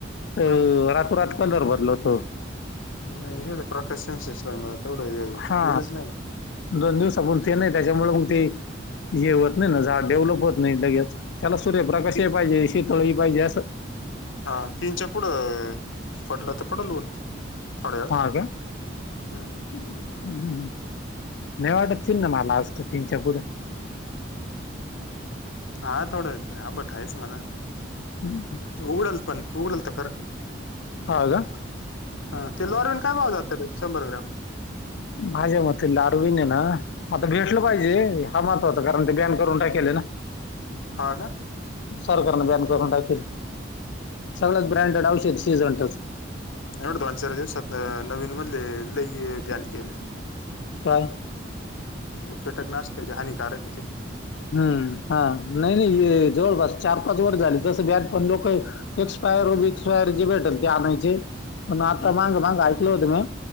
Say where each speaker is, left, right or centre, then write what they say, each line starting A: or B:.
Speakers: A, on the left; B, on the left.
A: तर
B: ह
A: रातोरात कलर बदलवतो.
B: नाही हे प्रकाश <unintelligible> तेवढं
A: हा
B: ऊनच नाही.
A: दोन दिवस आपण ते नाही त्याच्यामुळे मग ते हे होत नाही ना झाड डेव्हलप होत नाही लगेच त्याला सूर्यप्रकाश
B: ती-
A: ही पाहिजे.. शेकलं ही पाहिजे असं
B: हा तीनच्या पुढं पडलं तर पडल ऊन थोड्या वेळ
A: हा काय
B: हम्म
A: हम्म.. नाही वाटत चिन्ह मला आज तर तीनच्या पुुढं
B: हा.. थोडं ते आंबट आहेच म्हणा
A: हम्म
B: उघडल पण उघडल तर खरं
A: हा का
B: हा.. ते लॉरवीन काय भाव जात शंभर ग्रॅम
A: भाज्या म लारू बीन आहे ना आता घेतलं पाहिजे हा महत्त्वाचा कारण ते बॅन करून टाकेलं
B: हा का?
A: सरकारने बॅन करून टाकल सगळ्या ब्रँडेड औषध सीझनटच
B: या आठ दोन चार दिवसात नवीन मधले लई बॅन केलेत.
A: काय?
B: ते कीटकनाशक ते जे लय हानिकारक आहे ते
A: हम्म.. हा नाही नाही जवळपास चार पाच वर झाले तसं बॅन पण लोक एक्सपायर बीक्सपायर जे भेटल ते आणायचे. पण आता
B: हम्म
A: माग मागं ऐकलं होतं मी